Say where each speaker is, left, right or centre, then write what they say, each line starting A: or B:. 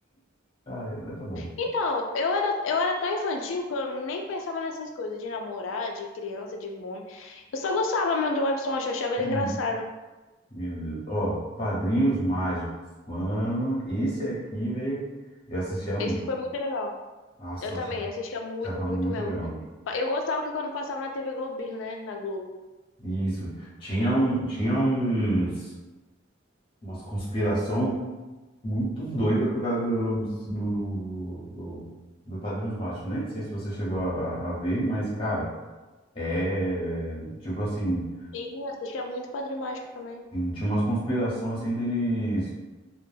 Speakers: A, on the left (about 30°); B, on the left (about 75°).
A: Ah, ainda tá bom.
B: Então, eu era, eu era tão infantil que eu nem pensava nessas coisas de namorar, de criança, de mome Eu só gostava mesmo do Bob Esponja, eu achava ele
A: Hum,
B: engraçado.
A: Meu Deus. Ó, Padrinhos Mágicos. Mano, esse aqui, velho, eu assistia muito.
B: Esse foi muito legal.
A: Nossa,
B: Eu também
A: eu achava
B: assistia muito,
A: achava
B: muito
A: muito
B: mesmo.
A: legal.
B: Eu gostava que quando passava na TV Globinho, né? Na Globo.
A: Isso. Tinha um, tinha uns, umas conspiração muito doida por causa do, do, do, do- do Padrinhos Mágicos. Nem sei se você chegou a, a ver, mas, cara, é tipo assim,
B: Sim, eu assistia muito Padre Mágico também.
A: tinha umas conspirações assim deles.